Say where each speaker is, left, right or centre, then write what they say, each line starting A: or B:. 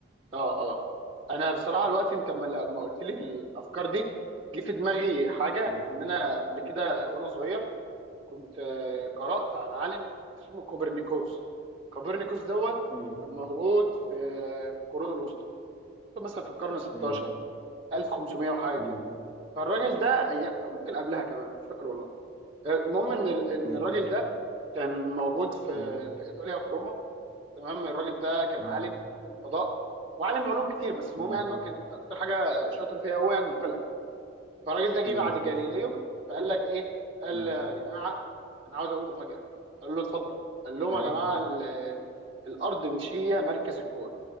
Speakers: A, on the right; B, on the left.
A: اه اه انا بصراحة الوقت انت لما لما قلت لي الافكار دي جه في دماغي حاجة
B: مم.
A: ان انا قبل كده وانا صغير كنت آه، قرأت عن عالم اسمه كوبرنيكوس كوبرنيكوس دوت
B: مم.
A: كان موجود في القرون الوسطى مثلا في القرن ال 16
B: مم.
A: 1500 وحاجه
B: مم.
A: كده فالراجل ده أي... ممكن قبلها كمان مش فاكر والله المهم ان ال- ان
B: مم.
A: الراجل ده كان موجود في
B: مم.
A: في ايطاليا في روما تمام الراجل ده كان
B: مم.
A: عالم عالم فضاء وعالم علوم كتير بس المهم
B: مم.
A: يعني إن هو كان اكتر حاجه شاطر فيها هو يعني الفلك فالراجل ده جه
B: مم.
A: بعد جاليليو فقال لك ايه قال
B: مم.
A: يا جماعه انا عاوز اقول مفاجاه قال له اتفضل قال لهم
B: أي.
A: يا جماعه ال- الارض مش هي مركز الكون